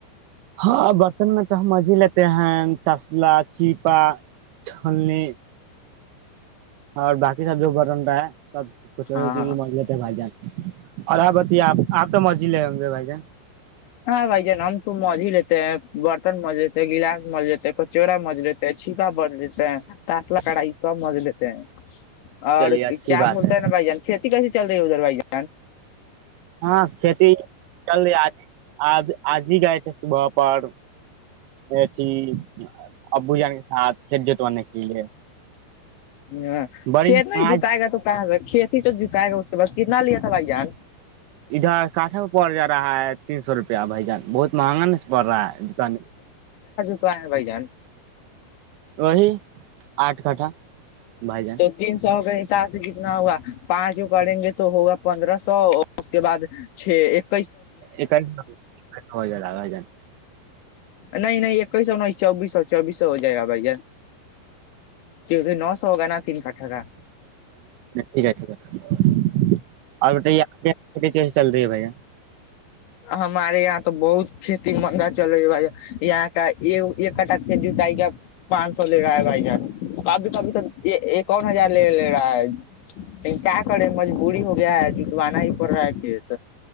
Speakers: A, on the right (about 75°); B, on the left (about 75°).
A: ہاں برتن میں تو ہمج مضیلےتےین تسلا چیپا چاننے اور باقی سب جو بٹن رہا ہے سب کچڑی
B: ہاں
A: وچی
B: ہاں
A: بھی مز لیتے ہےھائی جات اور آپ بتے آپ آپ تو مرزی لے ہوں گے بھائی جان
B: ہاں بائ جان ہم تو مزیل برتن مز جتے گلاس مز جتے پچورا مجر ت اچھی پا ب لیتے ہیں تسلہ کڑا یہ سب مجز لیتے ہیں اور
A: چلیے اچھی
B: کیا
A: بات
B: بولتا
A: ہے
B: ہیں نا بھائی جان کھیتی کیسی چل رہ ہو در بائیا
A: ہاں کھیتی چل رہی آج آج آج ہی گیا تھ صبح پر بیھی ابو جان کے ساتھ کھیت جتوانے کے لیے
B: ہ
A: بڑی
B: چت ن
A: آج
B: جوت آگات کہ کھیتی تو جھکائے گا اس سے بس کتنا لیا تھا بھائی جان
A: ادھر کاٹھا پڑ جا رہا ہے تین سو روپیہ بھ جان بہت مہنگا نہیں پڑ رہا ہے دکان
B: آ بھائی جان
A: وہی آٹھ کٹھا بھائی جان
B: تو تین سو کے حساب سے ک تنا ہوا پانچ وہ کریں گے تو ہوگا پندرہ سو اور اس کے بعد چھ ایک
A: ایک ہو جائے لگا جان
B: نہیں نہیں ایک ہیس ن چوبیس سو چوبیس سو ہو جائے گا بھائی ج کیونکہ نو سو ہوگا نا تین کاٹھگا
A: ٹھیک ہے ٹھیک ہے اور چل رہی ہے بھیا
B: ہمارے یہاں تو بہت کھیتی مندا چل رہی ہے بھائی یہاں کا ایک کٹا کھیت جتا گ پانچ سو لے رہا ہے بھائی کبھی کبھی تو ایک اور ہزار لے لے رہا ہے لیکن کیا کرے مجبوری ہو گیا ہے جتوانا ہی پڑ رہا ہے کھیت